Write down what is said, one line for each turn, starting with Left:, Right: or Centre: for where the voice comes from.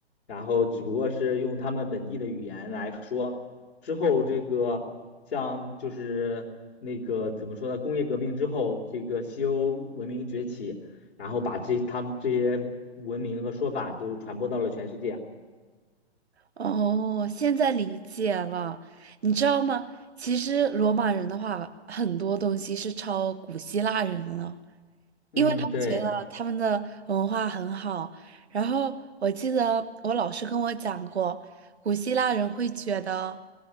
Left: 然后只不过是用他们本地的语言来说。之后这个像就是那个怎么说呢？工业革命之后，这个西欧文明崛起，然后把这他们这些文明和说法都传播到了全世界。
Right: 哦，现在理解了。你知道吗？其实罗马人的话，很多东西是抄古希腊人了，
Left: 嗯，
Right: 因为他们觉得他们的文化很好。
Left: 对，
Right: 然后我记得我老师跟我讲过，古希腊人会觉得